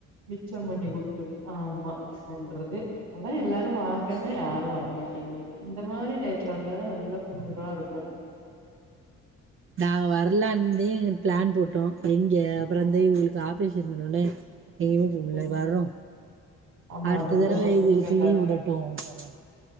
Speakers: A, on the right (about 80°); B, on the right (about 45°).
A: மிச்சம் பண்ணி குடுக்குது ஆமா போன்றது அதான் எல்லாரும் வாங்க அதா யாரும் வரமாட்டேங்கிறீங்க இந்த மாரி டையத்துல வந்தாத நல்லா குளுரா இருக்கும்
B: நான் வரலான்ந்தே பிளான் போட்டோம் எங்க அப்பறந்த
A: ஆ
B: இவுங்களுக்கு ஆப்ரெச இதுனோனே எங்கேயுமே போக முடியல
A: ம்
B: வர்றோம்
A: ஆமா
B: அடுத்த
A: அதுவு
B: தரவ
A: ரொம்ப
B: இதுகளுக்கு
A: முக்கியோ
B: லீவ் விடட்டும் வரோம்